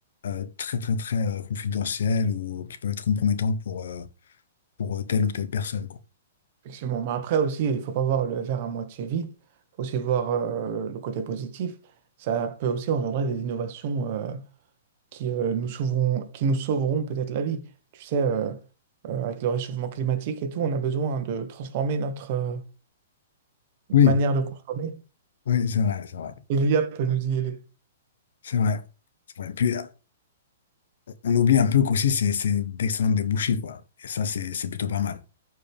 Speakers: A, on the left; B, on the right.
A: euh, très, très, très euh, confidentielles ou qui peuvent être compromettantes pour, euh, pour euh, telle ou telle personne, quoi.
B: Effectivement. Mais après aussi, il ne faut pas voir le verre à moitié vide. Il faut aussi voir euh, le côté positif. Ça peut aussi engendrer des innovations euh, qui, euh, nous sauveront, qui nous sauveront peut-être la vie. Tu sais, euh, euh, avec le réchauffement climatique et tout, on a besoin de transformer notre, euh,
A: Oui,
B: manière de consommer.
A: oui, c'est vrai, c'est vrai.
B: Et l'IA peut nous y aider.
A: C'est vrai. C'est vrai. Puis on oublie un peu qu'aussi c'est c'est d'excellents débouchés, quoi. Et ça, c'est c'est plutôt pas mal.